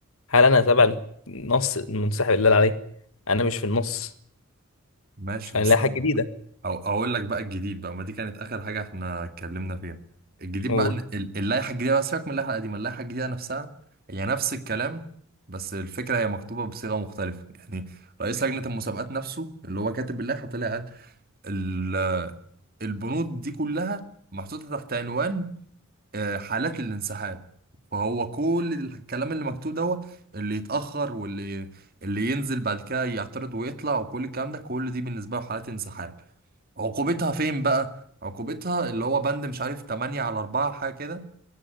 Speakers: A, on the left (about 75°); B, on the right (about 45°).
A: هل انا تبع النص المنسحب اللي قال عليه انا مش في النص
B: ماشي
A: مش
B: بس
A: هنلاقي
B: أنا
A: حاجه جديده
B: أو اقول لك بقى الجديد بقى ما دي كانت اخر حاجة احنا اتكلمنا فيها الجديد
A: نقول
B: بقى ال- ال- اللائحة الجديدة بقى سيبك من اللائحة القديمة اللائحة الجديدة نفسها هي نفس الكلام بس الفكرة هي مكتوبة بصيغة مختلفة يعني رئيس لجنة المسابقات نفسه اللي هو كاتب اللائحة طلع قال ال- البنود دي كلها محطوطة تحت عنوان آه، حالات الانسحاب فهو كل الكلام اللي مكتوب دوت اللي يتأخر واللي اللي ينزل بعد كده يعترض ويطلع وكل الكلام ده كل دي بالنسبة له حالات انسحاب عقوبتها فين بقى عقوبتها اللي هو بند مش عارف 8 على 4 حاجة كده